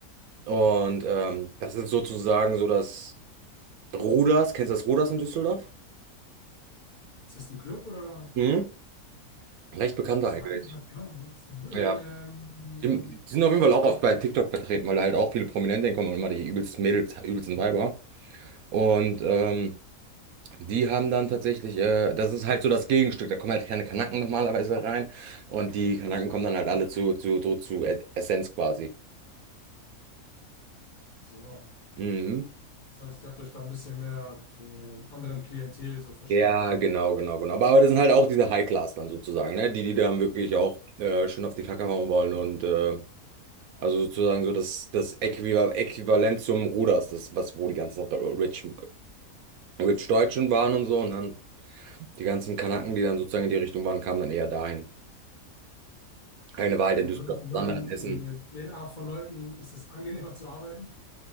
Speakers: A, on the right; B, on the left.
A: und ähm, das ist sozusagen so das Ruders, kennst du das Ruders in Düsseldorf?
B: Ist das ein Club oder?
A: Mhm. Recht bekannt
B: Das
A: eigentlich.
B: sagt mir gerade gar nichts. Ähm,
A: Ja. Die die sind auf jeden Fall
B: ich,
A: auch oft bei TikTok vertreten, weil da halt auch viele Prominente hinkommen und immer die übelsten Mädels, übelsten Weiber. Und ähm, die haben dann tatsächlich, äh, das ist halt so das Gegenstück, da kommen halt keine Kanaken normalerweise rein und die Kanaken kommen dann halt alle zu, zu, zu, zu Essenz quasi.
B: so,
A: Mhm.
B: das heißt, ihr habt euch da ein bisschen mehr dem anderen Klientel so verschrieben.
A: Ja, genau, genau, genau. Aber, aber das sind halt auch diese High-Class dann sozusagen, ne? Die, die dann wirklich auch äh, schön auf die Kacke hauen wollen und äh, also sozusagen so das, das Äquiva- Äquivalent zum Ruders, das, was wo die ganzen Rich mit Deutschen waren und so und dann die ganzen Kanaken, die dann sozusagen in die Richtung waren, kamen dann eher dahin. Eine Wahl, denn
B: Aber
A: Düsseldorf,
B: würdest du
A: das
B: sagen,
A: andere in Essen.
B: mit der Art von Leuten ist es angenehmer zu arbeiten?